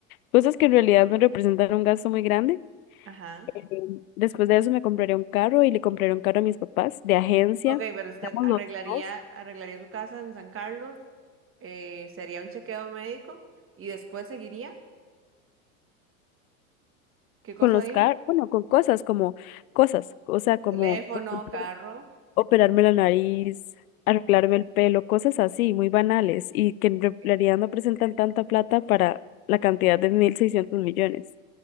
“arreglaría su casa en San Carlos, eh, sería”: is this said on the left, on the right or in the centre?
Right